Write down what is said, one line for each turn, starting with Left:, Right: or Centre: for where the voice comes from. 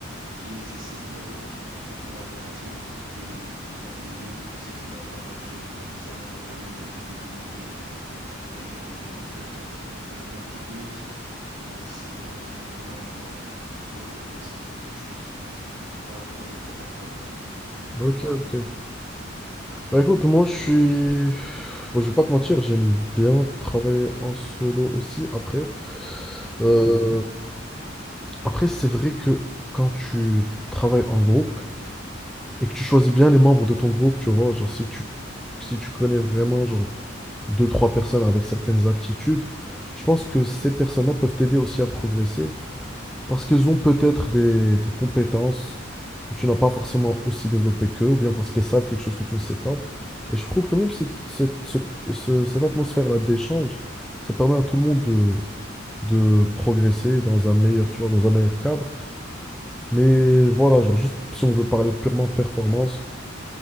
Right: qui nécessitent euh, des collaborations, mais il y a des moments aussi tu dois travailler seul. Comme ça, ça va te permettre de te développer, d'acquérir des compétences, que ce soit sur le plan technique et aussi euh, sur le plan euh, théorique aussi, je veux dire. Voilà pourquoi je préfère travailler seul.
Centre: Ok,
Right: Et toi?
Centre: ok. Bah écoute, moi je suis. Bon, je vais pas te mentir, j'aime bien travailler en solo aussi après. Euh,
Right: Mhm.
Centre: après, c'est vrai que quand tu travailles en groupe, Et que tu choisis bien les membres de ton groupe, tu vois, genre si tu, si tu connais vraiment genre deux, trois personnes avec certaines aptitudes, je pense que ces personnes-là peuvent t'aider aussi à progresser parce qu'elles ont peut-être des, des compétences que tu n'as pas forcément aussi développées qu'eux ou bien parce qu'elles savent quelque chose que tu ne sais pas. Et je trouve quand même cette, cette, ce- ce- cette atmosphère-là d'échange, ça permet à tout le monde de, de progresser dans un meilleur, tu vois, dans un meilleur cadre. Mais voilà, genre juste si on veut parler purement performance,